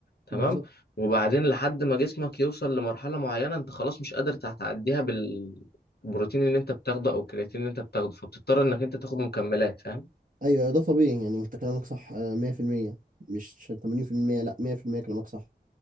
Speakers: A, on the left; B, on the right.
A: تمام
B: بالظبط
A: وبعدين لحد ما جسمك يوصل لمرحله معينه انت خلاص مش قادر تعديها بالبروتين اللي انت بتاخده او الكرياتين اللي انت بتاخده فبتضطر انك انت تاخد مكملات فاهم
B: أيوه ده طبيعي يعني أنت كلامك صح آه، 100% مش 80% لا 100% كلامك صح